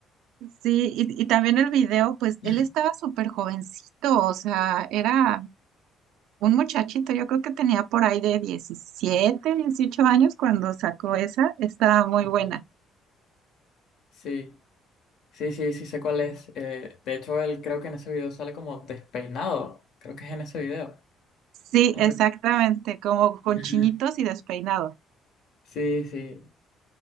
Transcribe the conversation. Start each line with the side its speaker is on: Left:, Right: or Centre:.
Right: Sí, y, y también el video, pues él
Left: <clears throat>
Right: estaba súper jovencito, o sea, era un muchachito, yo creo que tenía por ahí de 17 18 años cuando sacó esa, estaba muy
Left: Ajá.
Right: buena.
Left: Sí, sí, sí, sí sé cuál es. Eh, de hecho, él creo que en ese video sale como despeinado, creo que es en ese video.
Right: Sí,
Left: No
Right: exactamente, como con
Left: Ajá.
Right: chinitos y despeinado.
Left: Sí, sí,